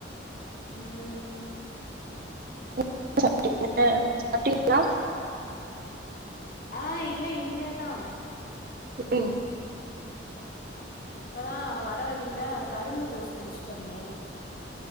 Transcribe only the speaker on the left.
ம்
ஆஹ் இல்ல இனிமேதான்
இப்பதான் வர வழியில கரும்பு ஜூஸ் குடிச்சிட்டு வந்தேன்